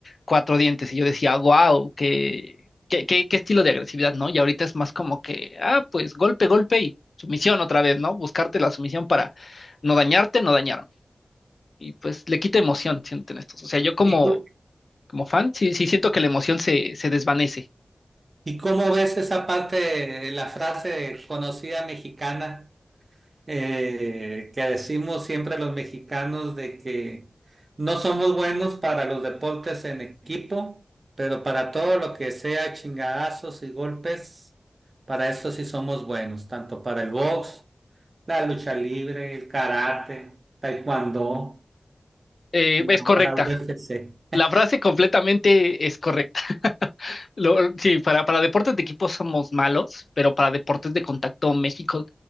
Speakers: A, on the left (about 70°); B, on the right (about 60°).
A: cuatro dientes y yo decía, wow, qué, qué, qué, qué estilo de agresividad, ¿no? Y ahorita es más como que, ah, pues golpe, golpe y sumisión otra vez, ¿no? Buscarte la sumisión para no dañarte, no dañarme y pues le quita emoción, siéndote honestos. O sea, yo como,
B: ¿Y, cu-
A: como fan, sí, sí siento que la emoción se, se desvanece.
B: y cómo ves esa parte, eh, la frase conocida mexicana? eh, que decimos siempre los mexicanos de que no somos buenos para los deportes en equipo, pero para todo lo que sea chingadazos y golpes, para eso sí somos buenos, tanto para el box, la lucha libre, el karate, taekwondo
A: Eh,
B: y
A: es
B: ahora
A: correcta.
B: UFC.
A: La frase completamente es correcta. <laughs> Lo- sí, para, para deportes de equipo somos malos, pero para deportes de contacto México,